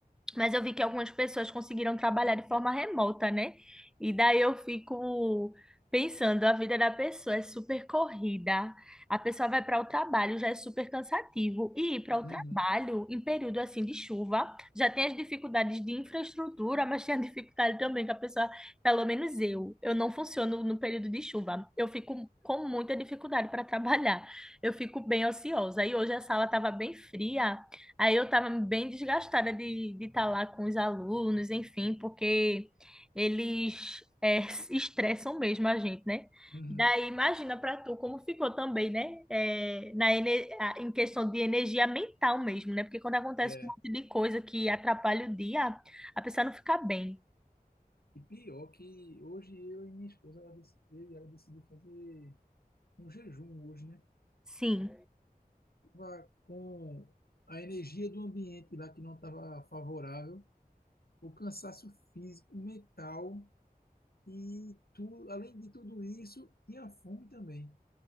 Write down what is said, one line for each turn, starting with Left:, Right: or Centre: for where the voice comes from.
Centre: Mas eu vi que algumas pessoas conseguiram trabalhar de forma remota, né? E daí eu fico pensando, a vida da pessoa é super corrida. A pessoa vai para o trabalho, já é super cansativo. E ir para o
Left: uhum,
Centre: trabalho em período assim de chuva, já tem as dificuldades de infraestrutura, mas tem a dificuldade também que a pessoa, pelo menos eu, eu não funciono no período de chuva. Eu fico com muita dificuldade para trabalhar. Eu fico bem ociosa. E hoje a sala estava bem fria. Aí eu estava bem desgastada de estar lá com os alunos, enfim, porque eles é, se estressam mesmo a gente, né?
Left: uhum,
Centre: Daí imagina para tu como ficou também, né? É, na, ene- a- em questão de energia mental mesmo, né? Porque quando acontece
Left: é.
Centre: um monte de coisa que atrapalha o dia, a pessoa não fica bem.
Left: E pior que hoje eu e minha esposa, ela, dec- eu e ela decidiu fazer um jejum hoje, né?
Centre: Sim.
Left: Tava com a energia do ambiente lá que não estava favorável, o cansaço físico, mental e tu, além de tudo isso, tinha fome também,